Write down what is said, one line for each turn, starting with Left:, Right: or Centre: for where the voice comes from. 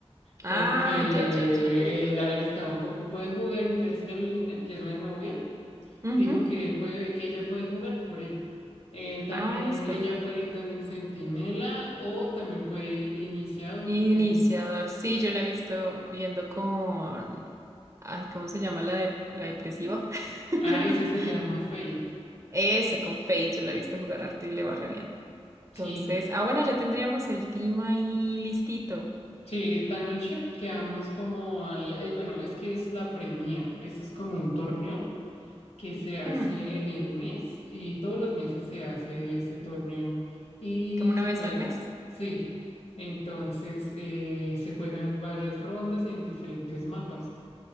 Right: Ah,
Left: porque
Right: ya, ya, ya.
Left: el Alex tampoco puede jugar, entonces Carolina, que es la novia.
Right: Ujú.
Left: dijo que él puede, que ella puede jugar por él. Él también,
Right: Ah, listo.
Left: ella puede ir también centinela o también puede ir iniciador.
Right: Iniciador.
Left: eh.
Right: Sí, yo la he visto riendo con... Ay, ¿cómo se llama la, de- la depresiva? <laughs>
Left: Ah, ella se llama Fate.
Right: Eso, con Fate. Yo la he visto jugar harto y le va re bien. Entonces,
Left: Sí,
Right: ah, bueno, ya tendríamos el team ahí listito.
Left: sí, esta noche quedamos como al, eh, bueno, es que es la Premier, eso es como un torneo que se hace
Right: Hmm,
Left: en el mes y todos los meses se hace ese torneo y
Right: Como una
Left: se
Right: vez
Left: juega,
Right: al mes.
Left: sí. Entonces eh, se juegan varias rondas en diferentes mapas.